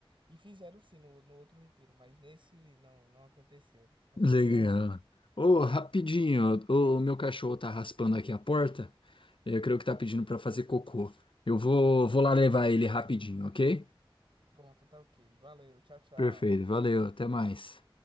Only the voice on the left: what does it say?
Legal.
Ô, rapidinho, o meu cachorro tá raspando aqui a porta. Eu creio que tá pedindo pra fazer cocô. Eu vou, vou lá levar ele rapidinho, ok?
Perfeito, valeu, até mais.